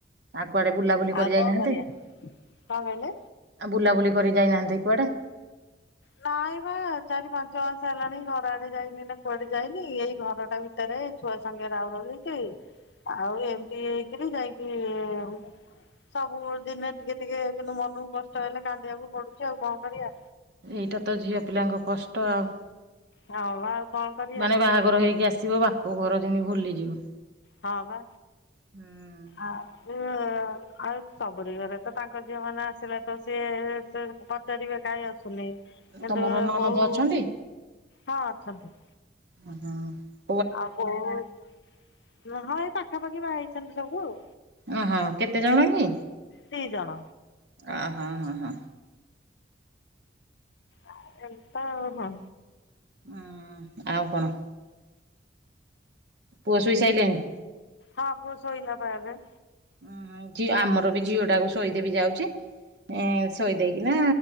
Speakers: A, on the right; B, on the left.
A: ଆଉ କୁଆଡ଼େ ବୁଲାବୁଲି କରି
B: ଆଉ କଣ
A: ଯାଇନାହାନ୍ତି?
B: କରିବା କଣ କହିଲେ?
A: ଆ ବୁଲାବୁଲି କରି ଯାଇନାହାନ୍ତି କୁଆଡ଼େ?
B: ନାଇଁ ବା ଚାରି ପାଞ୍ଚ ମାସ ହେଲାଣି ଘର ଆଡ଼େ ଯାଇନି ନା କୁଆଡ଼େ ଯାଇନି ଏଇ ଘରଟା ଭି ତରେ ଛୁଆ ସାଙ୍ଗେ ରାଉ ରାଉ ହେଇକି ଆଉ ଏମତି ହେଇକିରି ଯାଇଁକି ମୁଁ ସବୁ ଦିନେ ଟିକେ ଟିକେ କିନ୍ତୁ ମନୁକୁ କଷ୍ଟ ହେଲେ କାନ୍ଦିବାକୁ ପଡ଼ୁଚି ଆଉ କଁ କରିଆ?
A: ଏଇଟା ତ ଝିଅ ପିଲାଙ୍କ କଷ୍ଟ ଆଉ
B: ହଁ ବା। କଣ କରିବା
A: ମାନେ ବାହାଘର ହେଇକି ଆସିବ ବାପ ଘର ଯେନ୍ତି ଭୁଲିଯିବ।
B: ହଁ ବା
A: ହୁଁ।
B: ଆ ଉ ଆଉ ସବୁରି ଘରେ ତ ତାଙ୍କ ଝିଅମାନେ ଆସିଲେ ତ ସିଏ ଏତେ ବା ପଚାରିବେ କାହିଁ ଆସୁନି କିନ୍ତୁ
A: ତମର
B: ଏ
A: ନଣନ୍ଦ
B: ବହୁ
A: ଅଛନ୍ତି
B: ହଁ ଅଛନ୍ତି।
A: ଉଁ ହୁଁ।
B: ଆଉ ବୋହୁ ନୁ ହଁ ଏଇ ପାଖାପାଖି ବା ହେଇଛନ୍ତି ସବୁ ଆଉ।
A: ଓହୋ କେତେ ଜଣ କି
B: ଦି ଜଣ
A: ଅହ ହଁ ହଁ।
B: ଆ ଏନ୍ତା ଆଉ ହଁ।
A: ଉଁ ଆଉ କଣ? ପୁଅ ଶୋଇ ସାଇଲାଣି?
B: ହଁ ପୁଅ ଶୋଇଲା ପା ଏବେ।
A: ଉଁ ହୁଁ ଝି ଆମର ବି ଝିଅଟାକୁ ଶୋଇଦେବି ଯାଉଚି। ଏଁ ଶୋଇଦେଇକିନା